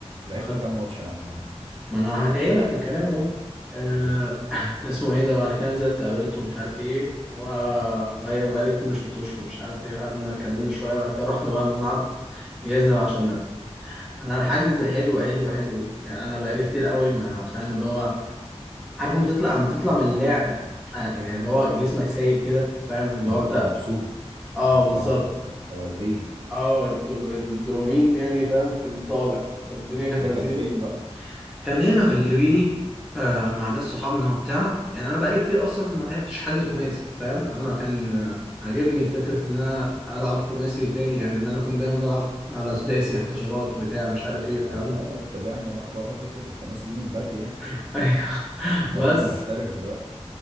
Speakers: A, on the right; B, in the centre.
A: لعبته
B: وخدت
A: كام ماتش اهم حاجه
B: ما انا هجيلك في الكلام اهو آه،
A: قول لي
B: اسمه ايه ده وانا كان نزلت قابلته ومش عارف ايه و بقى- بقالي كتير ما شفتوش ومش عارف ايه قعدنا اتكلمنا شويه وبعد كده رحنا بقى الملعب جهزنا بقى عشان نلعب انا الحجز حلو حلو حلو يعني انا بقالي كتير قوي ما فاهم اللي هو عارف لما تطلع اما تطلع من اللعب آه، يعني اللي هو جسمك سايب كده فاهم اللي
A: انت
B: هو انت
A: مبسوط
B: اه
A: انت
B: بالظبط
A: انت انت وديت
B: اه الدوب... الدوبامين يعني فاهم في الطالع فالدنيا كانت
A: ده
B: لذيذه
A: كان فين بقى
B: كان هنا في الليبيني آه مع ناس صحابنا وبتاع يعني انا بقالي كتير اصلا ما لعبتش حجز خماسي فاهم انا كان آه، عاجبني فكره ان انا العب خماسي تاني يعني ان انا كنت دايما بلعب على سداسي حداشرات بتاع مش عارف ايه
A: ما
B: الكلام
A: اه
B: ده
A: طلعنا بقى بره فكره الخماسي دي من بدري يعني
B: <laughs> ايوه
A: انت
B: بس
A: راجل محترف دلوقتي